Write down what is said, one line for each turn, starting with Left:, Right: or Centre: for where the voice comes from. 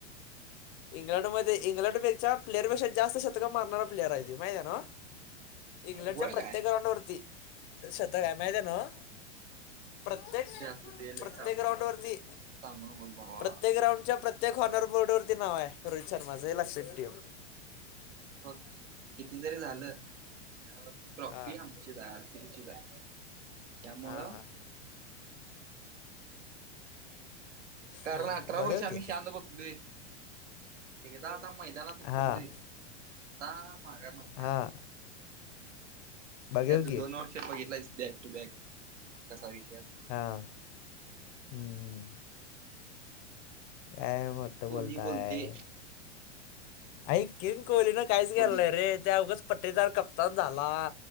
Left: इंग्लंडमध्ये इंग्लंडपेक्षा प्लेयरपेक्षा जास्त शतक मारणारा प्लेअर आहे त्यो माहिती आहे ना व? इंग्लंडच्या
Right: होय
Left: प्रत्येक
Right: काय
Left: ग्राउंड वरती शतक आहे माहितेय ना व? प्रत्येक,
Right: असू दे लय
Left: प्रत्येक
Right: सांगू
Left: ग्राउंड
Right: नको
Left: वरती
Right: सांगू नकोस भावा
Left: प्रत्येक ग्राउंड च्या प्रत्येक हॉनर बोर्डवरती नाव आहे रोहित शर्माचं हे लक्षात ठेव.
Right: अ बघ किती जरी झालं या वर्षी ट्रॉफी
Left: हां
Right: आम्ही आर सी बी चीच आहे, त्यामुळं
Left: हां हां
Right: कारण
Left: हां
Right: अठरा
Left: बघेल
Right: वर्ष आम्ही
Left: की
Right: शांत बसलोय एकदा आता मैदानात
Left: हां
Right: उतरू दे आता माघार नसतेया
Left: हां
Right: माहितेय
Left: बघेव
Right: तु
Left: की
Right: दोन वर्ष बघितलायस बॅक टू बॅक कसा विषय असतो
Left: हा हम्म हम्म काय मोठं
Right: किंग कोहली
Left: बोलताय
Right: बोलते
Left: ऐक किंग कोहलीन
Right: किंग
Left: काहीच केलं
Right: कोहली
Left: नाहीय रे त्याला उगाच <unintelligible> कप त झाला
Right: अ